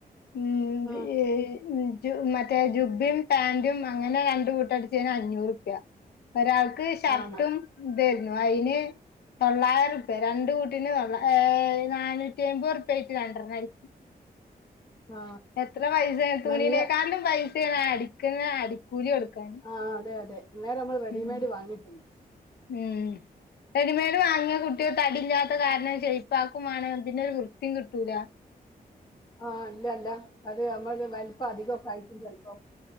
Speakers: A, on the left (about 85°); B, on the left (about 25°).
A: ഉം
B: ആ
A: എ് ഉം ജു മറ്റേ ജുബും പാൻറും അങ്ങനെ രണ്ട് കൂട്ടം അടിച്ചേന് അഞ്ഞൂറ് റുപ്യ ഒരാൾക്ക് ഷർട്ടും
B: ആണ്
A: ഇതേർന്നു അയിന് തൊള്ളായിരം റുപ്യ രണ്ട് കൂട്ടീന് തൊ ഏ നാനൂറ്റി അയ്മ്പത് റുപ്പ്യ ആയിട്ട് രണ്ടെണ്ണം അടിച്ച്
B: ആ
A: എത്ര പൈസ തുണിനേക്കാലും
B: നല്ല
A: പൈസയാണ് അടിക്കണ അടിക്കൂലി കൊടുക്കാന്
B: ആ അതെ അതെ അന്നേരം നമ്മൾ റെഡിമെയ്ഡ്
A: ഉം
B: വാങ്ങിയിട്ടുണ്ട്
A: ഉം റെഡിമേ ഡ് വാങ്ങിയ കുട്ടികള് തടില്ലാത്ത കാരണം ഷെയ്പ്പാക്കും വേണം പിന്നെ ഒരു വൃത്തിയും കിട്ടൂല
B: ആ ഇല്ലല്ല അത് നമ്മള് വലിപ്പം അധികം ആയിക്കും ചെലപ്പോ